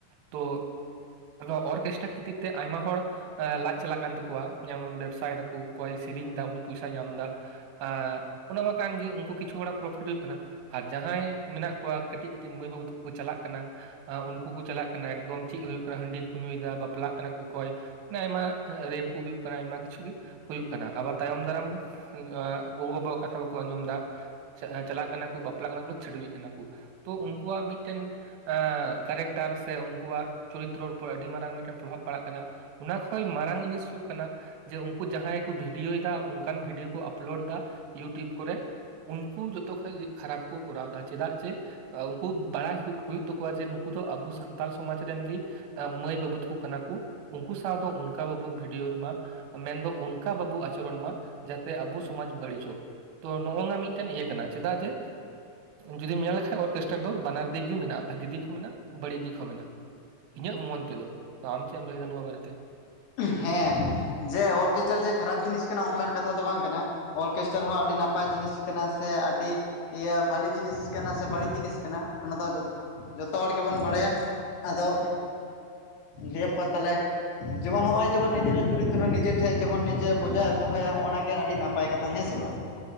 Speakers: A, on the right; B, on the left.
A: ᱛᱳ ᱱᱚᱣᱟ ᱚᱨᱜᱮᱥᱴᱨᱟ ᱠᱷᱟᱹ ᱛᱤᱨ ᱛᱮ ᱟᱭᱢᱟ ᱦᱚᱲ ᱞᱟᱡ ᱪᱟᱞᱟᱜ ᱠᱟᱱ ᱛᱟᱠᱚᱣᱟ ᱡᱮᱢᱚᱱ ᱵᱮᱵᱽᱥᱟᱭ ᱫᱟᱠᱚ ᱚᱠᱚᱭ ᱥᱮᱨᱤᱧ ᱫᱟ ᱩᱱᱤ ᱯᱚᱭᱥᱟᱭ ᱧᱟᱢ ᱫᱟ᱾ ᱟᱸ ᱚᱱᱟ ᱢᱟ ᱠᱟᱱ ᱜᱮ ᱩᱝᱠᱩ ᱠᱤᱪᱷᱩ ᱦᱚᱲᱟᱜ ᱯᱨᱚᱯᱷᱤᱴ ᱦᱩᱭᱩᱜ ᱠᱟᱱᱟ ᱟᱨ ᱡᱟᱦᱟᱸᱭ ᱢᱮᱱᱟᱜ ᱠᱚᱣᱟ ᱠᱟᱹ ᱴᱤᱡ ᱢᱟᱹᱭ ᱵᱟᱹᱵᱩ ᱛᱟᱠᱚ ᱠᱚ ᱪᱟᱞᱟᱜ ᱠᱟᱱᱟ, ᱩᱝᱠᱩ ᱠᱚ ᱪᱟᱞᱟᱜ ᱠᱟᱱᱟ ᱮᱠᱫᱚᱢ ᱪᱮᱫ ᱦᱩᱭᱩᱜ ᱠᱟᱱᱟ ᱦᱟᱺᱰᱤ ᱠᱚᱠᱚ ᱧᱩᱭᱮᱫᱟ ᱵᱟᱯᱞᱟᱜ ᱠᱟᱱᱟ ᱠᱚ ᱚᱠᱚᱭ ᱢᱟᱱᱮ ᱟᱭᱢᱟ ᱨᱮᱯ ᱠᱚ ᱦᱩᱭᱩᱜ ᱠᱟᱱᱟ ᱟᱭᱢᱟ ᱠᱤᱪᱷᱩ ᱜᱮ, ᱦᱩᱭᱩᱜ ᱠᱟᱱᱟ, ᱟᱵᱟᱨ ᱛᱟᱭᱚᱢ ᱫᱟᱨᱟᱢ ᱜᱚᱜᱚ ᱵᱟᱵᱟᱣᱟᱜ ᱠᱟᱛᱷᱟ ᱵᱟᱠᱚ ᱟᱸᱡᱚᱢᱫᱟ ᱪᱟᱞᱟᱜ ᱠᱟᱱᱟ ᱠᱚ ᱵᱟᱯᱞᱟᱜ ᱠᱟᱱᱟ ᱠᱚ ᱪᱷᱟᱹᱰᱩᱣᱟᱹᱜ ᱠᱟᱱᱟ ᱠᱩ᱾ ᱛᱚ ᱩᱱᱠᱩᱣᱟᱜ ᱢᱤᱫᱴᱮᱱ ᱟᱸ ᱠᱮᱨᱮᱠᱴᱟᱨ ᱥᱮ ᱩᱱᱠᱩᱣᱟᱜ ᱪᱚᱨᱤᱛᱨᱚ ᱩᱯᱚᱨ ᱟᱹᱰᱤ ᱢᱟᱨᱟᱝ ᱢᱤᱫᱴᱮᱱ ᱯᱨᱚᱵᱷᱟᱵᱽ ᱯᱟᱲᱟᱜ ᱠᱟᱱᱟ, ᱚᱱᱟ ᱠᱷᱚᱡ ᱢᱟᱨᱟᱝ ᱡᱤᱱᱤᱥ ᱦᱩᱭᱩᱜ ᱠᱟᱱᱟ ᱡᱮ ᱩᱝᱠᱩ ᱡᱟᱦᱟᱸᱭ ᱠᱚ ᱵᱷᱤᱰᱤᱭᱳᱭᱫᱟ ᱚᱱᱠᱟᱱ ᱵᱷᱤᱰᱤᱭᱳ ᱠᱚ ᱟᱯᱞᱳᱰ ᱫᱟ ᱤᱭᱩᱴᱩᱵᱽ ᱠᱚᱨᱮ ᱩᱱᱠᱩ ᱡᱚᱛᱚᱠᱷᱚᱡ ᱜᱮ ᱠᱷᱟᱨᱟᱯ ᱠᱚ ᱠᱚᱨᱟᱣ ᱫᱟ ᱪᱮᱫᱟᱜ ᱡᱮ ᱩᱱᱠᱩ ᱵᱟᱲᱟᱭ ᱦᱩᱜ ᱦᱩᱭᱩᱜ ᱛᱟᱠᱚᱣᱟ ᱡᱮ ᱱᱩᱠᱩ ᱫᱚ ᱟᱵᱚ ᱥᱟᱱᱛᱟᱞ ᱥᱚᱢᱟᱡᱽ ᱨᱮᱱᱜᱮ ᱢᱟᱹᱭ ᱵᱟᱹᱵᱩ ᱛᱟᱠᱩ ᱠᱟᱱᱟ ᱠᱩ᱾ ᱩᱝᱠᱩ ᱥᱟᱶ ᱫᱚ ᱚᱱᱠᱟ ᱵᱟᱵᱚ ᱵᱷᱤᱰᱤᱭᱳᱭ ᱢᱟ, ᱢᱮᱱᱫᱚ ᱚᱱᱠᱟ ᱵᱟᱵᱚ ᱟᱪᱚᱨᱚᱱ ᱢᱟ ᱡᱟᱛᱮ ᱟᱵᱚ ᱥᱚᱢᱟᱡᱽ ᱵᱟᱹᱲᱤᱡᱚᱜ᱾ ᱛᱚ ᱱᱚᱜᱼᱱᱟ ᱢᱤᱫᱴᱮᱱ ᱤᱭᱟᱹ ᱠᱟᱱᱟ ᱪᱮᱫᱟᱜ ᱡᱮ ᱡᱩᱚᱫᱤᱢ ᱧᱮᱞ ᱞᱮᱠᱷᱟᱱ ᱚᱨᱠᱮᱥᱴᱟᱨ ᱫᱚ ᱵᱟᱱᱟᱨ ᱫᱤᱠ ᱜᱮ ᱢᱮᱱᱟᱜᱼᱟ, ᱵᱷᱟᱹᱜᱤ ᱫᱤᱠ ᱦᱚᱸ ᱢᱮᱱᱟᱜᱼᱟ ᱵᱟᱹᱲᱤᱡ ᱫᱤᱠ ᱦᱚᱸ ᱢᱮᱱᱟᱜᱼᱟ᱾ ᱤᱧᱟᱹᱜ ᱢᱚᱱ ᱛᱮᱫᱚ, ᱟᱢ ᱪᱮᱫ ᱮᱢ ᱞᱟᱹᱭᱟᱫᱟ ᱱᱚᱣᱟ ᱵᱟᱨᱮᱛᱮᱫᱚ?
B: ᱦᱮᱸ ᱡᱮ ᱚᱨᱠᱮᱥᱴᱟᱨ ᱡᱮ ᱠᱷᱟᱨᱟᱯ ᱡᱤᱱᱤᱥ ᱠᱟᱱᱟ ᱚᱱᱠᱟᱱ ᱠᱟᱛᱷᱟ ᱫᱚ ᱵᱟᱝ ᱠᱟᱱᱟ, ᱚᱨᱠᱮᱥᱴᱟᱨ ᱦᱚᱸ ᱟᱹᱰᱤ ᱱᱟᱯᱟᱭ ᱡᱤᱱᱤᱥ ᱠᱟᱱᱟ ᱥᱮ ᱟᱰᱤ ᱤᱭᱟᱹ ᱵᱷᱟᱞᱤ ᱡᱤᱱᱤᱥ ᱠᱟᱱᱟ ᱥᱮ ᱵᱟᱹᱲᱤᱡ ᱡᱤᱱᱤᱥ ᱠᱟᱱᱟ ᱚᱱᱟ ᱫᱚ ᱡᱷᱚ ᱡᱷᱚᱛᱚ ᱦᱚᱲ ᱜᱮᱵᱚᱱ ᱵᱟᱲᱟᱭᱟ, ᱟᱫᱚ ᱫᱤᱭᱮ ᱯᱚᱨ ᱛᱟᱦᱚᱞᱮ ᱡᱮᱢᱚᱱ ᱱᱚᱜᱼᱚᱭ ᱡᱮᱢᱚᱱ ᱱᱤᱡᱮᱨᱟᱜ ᱪᱚᱨᱤᱛᱨᱚ ᱱᱤᱡᱮ ᱴᱷᱮᱡ ᱡᱮᱢᱚᱱ ᱱᱤᱡᱮᱨᱟᱜ ᱵᱚᱡᱟᱭ ᱫᱚᱦᱚᱭ ᱚᱸᱜᱼᱱᱟ ᱜᱮ ᱟᱹᱰᱤ ᱱᱟᱯᱟᱭ ᱠᱟᱛᱷᱟ ᱦᱮᱸᱥᱮ ᱵᱟᱝ?